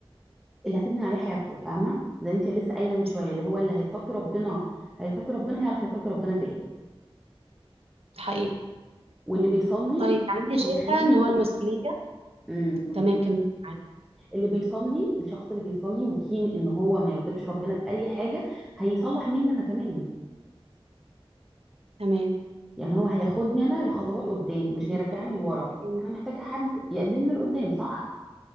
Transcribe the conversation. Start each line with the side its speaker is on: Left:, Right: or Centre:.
Centre: اللي هتبني عليه حياتكم فاهمه زي انت لسه قايله من شويه
Right: صح
Centre: اللي هو اللي هيتقي ربنا هيتقي ربنا هيعرف يتقي ربنا فين
Right: ده حقيقة
Centre: واللي بيصلي
Right: طيب يعني أنت شايفة
Centre: هيخليكي
Right: إن هو المسؤولية
Centre: امم قولي
Right: تمام كمل معاكي
Centre: اللي بيصلي الشخص اللي بيصلي وكين ان هو ما يغضبش ربنا في اي حاجه هيصلح مني انا كمان
Right: تمام
Centre: يعني هو هياخدني انا لخطوات
Right: المسؤولية
Centre: قدام مش
Right: وبيطمن
Centre: هيرجعني لورا
Right: تاني.
Centre: انا محتاجه حد يقدمني لقدام صح